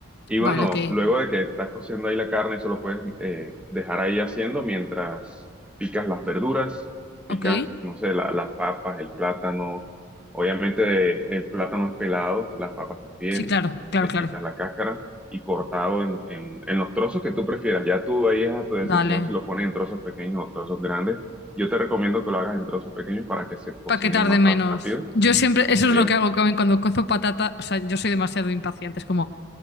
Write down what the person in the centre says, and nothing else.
Y
bueno,
luego de que estás cociendo ahí la carne, eso lo puedes eh, dejar ahí haciendo mientras picas las verduras, picas,
no sé, la- las papas, el plátano. Obviamente el plátano es pelado, las papas también.
Le
quitas la cáscara y cortado en, en- en los trozos que tú prefieras. Ya tú ahí es a tu decisión
si lo pones en trozos pequeños o trozos grandes. Yo te recomiendo que lo hagas en trozos pequeños para que se cocinen
más
rápido.
Sí,